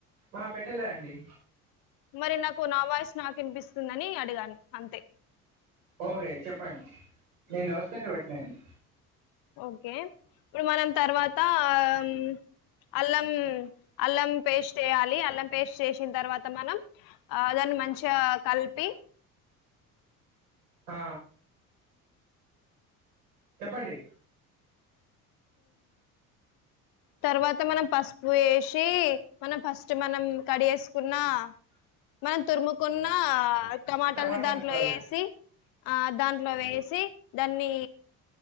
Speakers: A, on the right; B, on the left.
A: ఆ పెట్టలే అండి
B: మరి నాకు నా వాయిస్ నాకు వినిపిస్తుందని అడిగాను అంతే
A: ఓగే చెప్పండి నేను లౌడ్ స్పీకర్ పెట్టలేదండి
B: ఓకే ఇప్పుడు మనం తర్వాత ఆమ్ అల్లం అల్లం పేస్ట్ వేయాలి అల్లం పేస్ట్ చేసిన తర్వాత మనం ఆ దాన్ని మంచిగా కలిపి
A: ఆ చెప్పండి
B: తర్వాత మనం పసుపు వేసి మనం ఫస్ట్ మనం కడి వేసుకున్నా మనం తురుముకున్ నా టమోటాలని
A: టమాటా
B: దానిలో
A: ముక్కలు
B: వేసి ఆ దాంట్లో వేసి దాన్ని